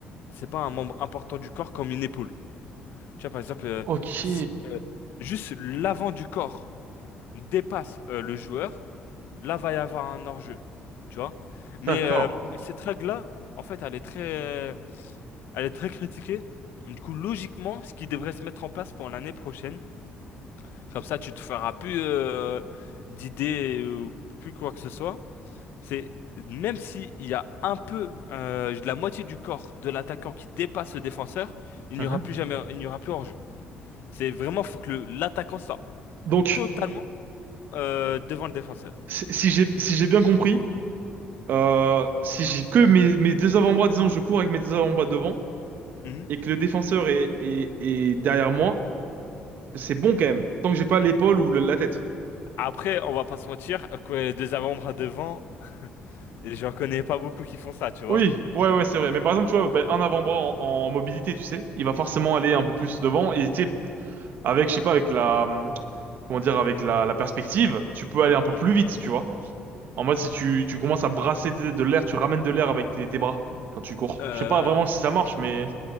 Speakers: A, on the left (about 70°); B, on the right (about 55°).
A: c'est pas un membre important du corps comme une épaule. Tu vois, par exemple, euh,
B: Ok,
A: si euh, juste l'avant du corps dépasse euh, le joueur, là va y avoir un hors-jeu, tu vois. Mais
B: d'accord.
A: euh, cette règle-là, en fait, elle est très, elle est très critiquée. Du coup, logiquement, ce qui devrait se mettre en place pour l'année prochaine, comme ça, tu te feras plus euh, d'idées ou plus quoi que ce soit. C'est même s'il y a un peu euh, de la moitié du corps de l'attaquant qui dépasse le défenseur, il
B: Mhm.
A: n'y aura plus jamais, il n'y aura plus hors-jeu. C'est vraiment, faut que le- l'attaquant soit
B: Donc,
A: totalement euh, devant le défenseur.
B: si si j'ai, si j'ai bien compris, euh, si j'ai que mes, mes deux avant-bras, disons, je cours avec mes deux avant-bras devant
A: Mhm.
B: et que le défenseur est, est, est derrière moi, c'est bon quand même, tant que j'ai pas l'épaule ou le- la tête.
A: Après, on va pas se mentir, que deux avant-bras devant, j'en connais pas beaucoup qui font ça, tu vois.
B: Oui, ouais, ouais, c'est vrai. Mais par exemple, tu vois, ben, un avant-bras en, en mobilité, tu sais, il va forcément aller
A: Ok.
B: un peu plus devant. Et tu sais, avec, je sais pas, avec la, hum, comment dire, avec la, la perspective, tu peux aller un peu
A: Mhm.
B: plus vite, tu vois. En mode, si tu, tu commences à brasser de, de l'air, tu ramènes de l'air avec tes, tes bras quand tu cours.
A: Euh,
B: Je sais pas vraiment si ça marche, mais